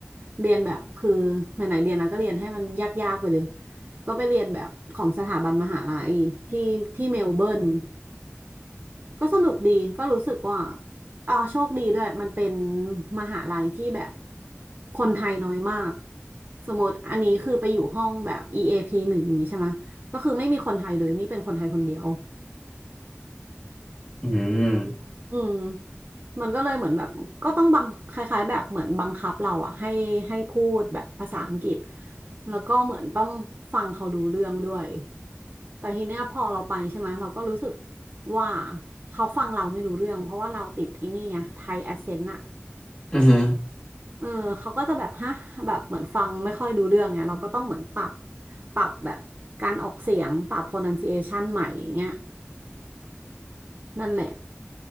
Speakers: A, on the right; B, on the left.
A: เรียนแบบคือไหนๆเรียนแล้วก็เรียนให้มันยากๆไปเลย ก็ไปเรียนแบบของสถาบันมหาลัยที่ที่เมลเบิร์นก็สนุกดีก็รู้สึกว่าอ๋อโชคดีด้วยมันเป็นมหาลัยที่แบบคนไทยน้อยมากสมมติอันนี้คือไปอยู่ห้องแบบ EAP หนึ่งอย่างนี้ใช่ไหมก็คือไม่มีคนไทยเลยนี่เป็นคนไทยคนเดียว
B: อืม
A: อืมมันก็เลยเหมือนแบบก็ต้องบังคล้ายๆแบบเหมือนบังคับเราอะให้ให้พูดแบบภาษาอังกฤษแล้วก็เหมือนต้องฟังเขารู้เรื่องด้วย แต่ทีเนี้ยพอเราไปใช่ไหมเราก็รู้สึกว่าเขาฟังเราไม่รู้เรื่องเพราะว่าเราติดไอ้นี่ไงไทยแอสเซนต์อะ
B: อือหือ
A: เออเขาก็จะแบบฮะแบบเหมือนฟังไม่ค่อยรู้เรื่องไงเราก็ต้องเหมือนปรับปรับแบบการออกเสียงปรับ pronunciation ใหม่อย่างเงี้ยนั่นแหละ